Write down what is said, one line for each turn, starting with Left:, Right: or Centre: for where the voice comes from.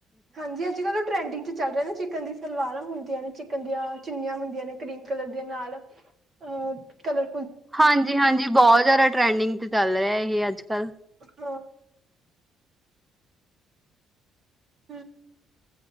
Right: ਹਾਂਜੀ, ਅੱਜ-ਕੱਲ ਟਰੈਂਡਿੰਗ ਚ ਚੱਲ ਰਿਐ ਨਾ ਚਿਕਨ ਦੀ ਸਲਵਾਰਾਂ ਹੁੰਦੀਆਂ ਨੇ, ਚਿਕਨ ਦੀਆਂ ਚੁੰਨੀਆਂ ਹੁੰਦੀਆਂ ਨੇ ਕਰੀਮ ਕਲਰ ਦੀਆਂ ਨਾਲ਼। ਅ ਕਲਰ
Centre: ਹਾਂਜੀ-ਹਾਂਜੀ, ਬਹੁਹ ਜਿਆਦਾ ਟਰੈਂਡਿੰਗ ਚ ਚੱਲ ਰਿਐ ਏਹ ਅੱਜ-ਕੱਲ।
Right: ਹਾਂ ਹੂੰ।